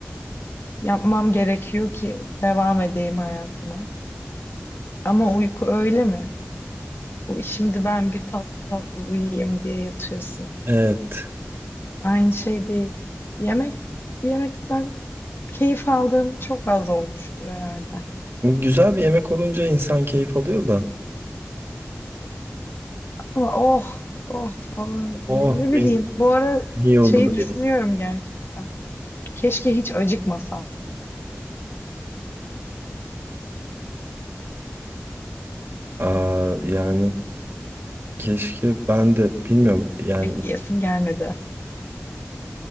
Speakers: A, on the left; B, on the right.
A: Yapmam gerekiyor ki devam edeyim hayatıma. Ama uyku öyle mi? U- Şimdi ben bir tatlı tatlı uyuyayım diye yatıyorsun.
B: Evet.
A: Aynı şey değil. Yemek, yemekten keyif aldığım çok az olmuştur herhalde.
B: Güzel bir yemek olunca insan keyif alıyor da.
A: Ama oh, oh falan gibi
B: Oh
A: ya ne bileyim.
B: ne,
A: Bu ara
B: iyi oldu
A: şeyi
B: da
A: düşünüyorum
B: yedim.
A: gerçekten. Keşke hiç acıkmasam.
B: Aa, yani keşke ben de bilmiyorum yani
A: Yemek yiyesim gelmedi.